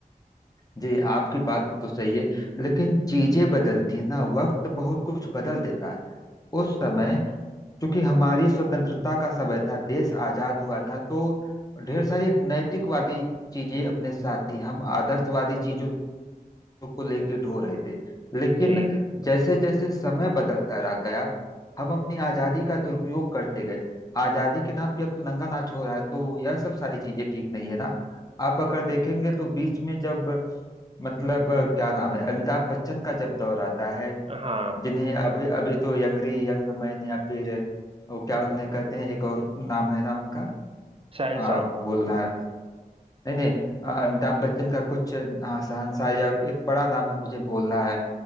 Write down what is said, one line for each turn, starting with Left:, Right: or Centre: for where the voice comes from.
Left: जी आपकी बात तो सही है लेकिन चीजें बदलती हैं ना वक्त बहुत कुछ बदल देता है उस समय क्योंकि हमारी स्वतंत्रता का समय था देश आजाद हुआ था तो ढेर सारी नैतिकवादी चीजें अपने साथ थी हम आदर्शवादी चीजों को लेके ढो रहे थे लेकिन
Right: जी
Left: जैसे जैसे समय बदलता रह गया हम अपनी आजादी का दुरुपयोग करते गए आजादी के नाम पे अब तो नंगा नाच हो रहा है तो यह सब सारी चीजें ठीक नहीं है ना आप अगर देखेंगे तो बीच में जब मतलब क्या नाम है अमिताभ बच्चन का जब दौर आता है
Right: हाँ
Left: जिन्हें अभी अभी तो यंगरी यंग मैन या फिर वो क्या उन्हें कहते हैं एक और नाम है ना उनका
Right: शहंशाह
Left: आ, भूल रहा है नहीं नहीं आ, अमिताभ बच्चन का कुछ हाँ शहंशाह या एक बड़ा नाम है मुझे भूल रहा है